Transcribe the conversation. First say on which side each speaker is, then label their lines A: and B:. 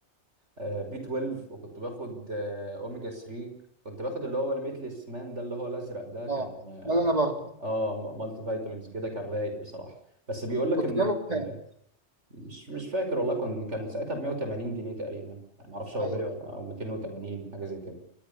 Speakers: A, on the right (about 75°); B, on the right (about 35°).
A: بي 12 وكنت باخد آه، اوميجا 3 كنت باخد اللي هو الميتلس مان ده اللي هو الازرق ده كان
B: اه ده اللي انا باخده
A: اه م- مالتي فيتامينز كده كان رايق بصراحه بس بيقول لك
B: كنت
A: ان
B: جايبه بكام؟
A: آه، مش مش فاكر والله كان كان ساعتها ب 180 جنيه تقريبا يعني ما اعرفش هو
B: ايوه
A: غالي ولا او 280 حاجه زي كده